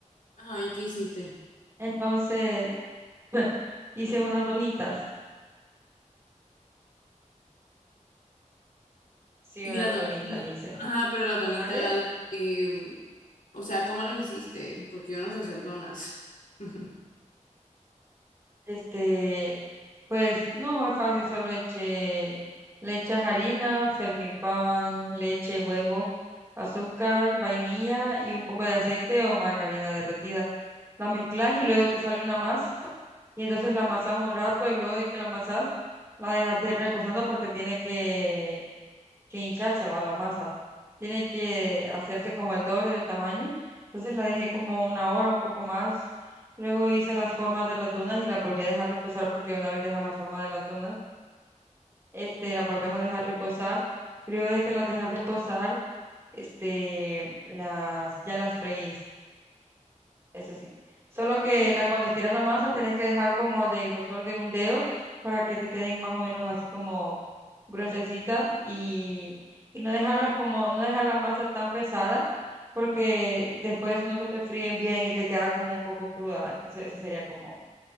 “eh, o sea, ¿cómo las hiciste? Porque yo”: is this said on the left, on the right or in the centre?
Left